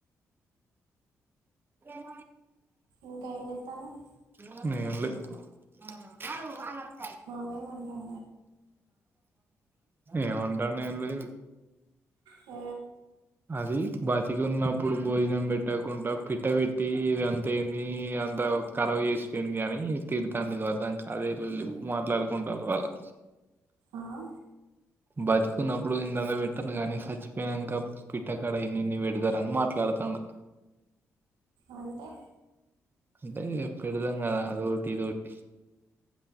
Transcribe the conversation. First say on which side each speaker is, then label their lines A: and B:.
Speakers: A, on the right (about 30°); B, on the right (about 80°).
A: ఏమ
B: ఇంకా ఏం చేత్తన్నావ్
A: ఎమ్లే
B: మామే ఏం అంటడు
A: ఏమంటుండు ఏం లేదు
B: ఓ
A: అది బతికి ఉన్నప్పుడు భోజనం పెట్టకుండా పిట్ట పెట్టి ఇది ఎంత ఏంది అంత కరాబ్ చేసి పెట్టింది అని తిడుతాంది ఇదివరదాకా అదే లొల్లి మాట్లాడుకుంటాళ్ళు వాళ్ళు
B: ఆ
A: బతికిన్నప్పుడు ఇంతంతా పెట్టాలి కాగానీ సచ్చిపోయినాక పిట్టకాడ ఇన్ని ఇన్ని పెడతారని మాట్లాడత తండు
B: అంటే
A: అంటే పెడతం కదా అదోటి ఇదోటి